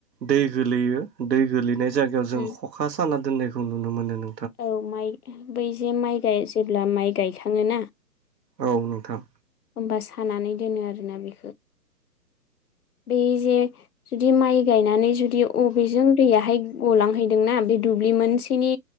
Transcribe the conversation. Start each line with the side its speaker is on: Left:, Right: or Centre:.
Right: दै गोलैयो दै गोलैनाय जायगायाव जों
Left: उम
Right: खखा साना दोननाय नुनो मोनोनो
Left: औ माइ बै जे माइ गाय जेब्ला माइ गायखांङोना
Right: औ नोंथां।
Left: होमबा सानानै दोनो आरोना बेखो बे जे जुदि माइ गायनानै जुद यो अबेजों दैयाहाय गलांहैदोंना बे दुब्लि मोनसेनि